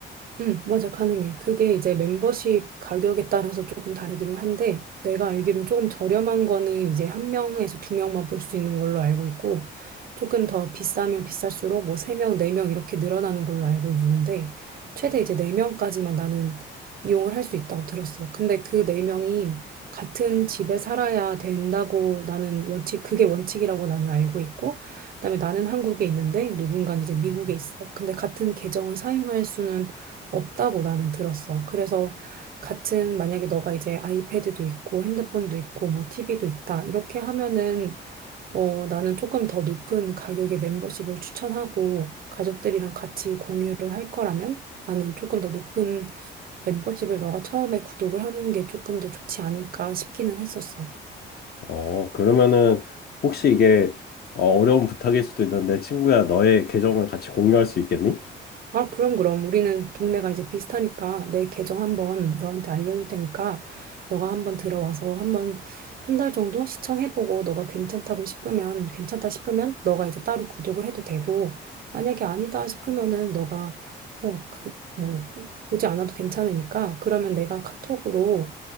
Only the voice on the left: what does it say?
어, 그러면은 혹시 이게 어, 어려운 부탁일 수도 있는데 친구야 너의 계정을 같이 공유할 수 있겠니?